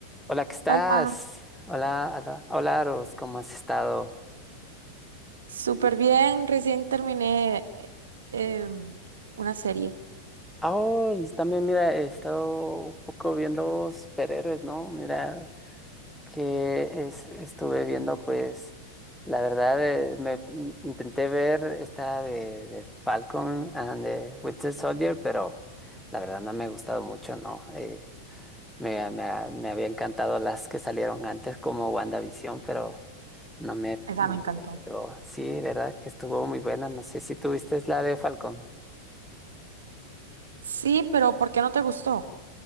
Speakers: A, in the centre; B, on the right.
A: Hola, ¿qué estás?
B: Hola,
A: Hola, hola, hola, Aros, ¿cómo has estado?
B: súper bien. Recién terminé eh, em, una serie.
A: Ah, Oh, y también, mira, he estado un poco viendo superhéroes, ¿no? Mira, que es, estuve viendo, pues, la verdad, eh, me in- intenté ver esta de, de Falcon and the Winter Soldier, pero la verdad no me ha gustado mucho, ¿no? Eh, Me, me, me había encantado las que salieron antes como WandaVision, pero no me
B: Esa
A: no
B: me encantó.
A: me pegó. Sí, verdad que estuvo muy buena. No sé si tuviste la de Falcon.
B: Sí, pero ¿por qué no te gustó?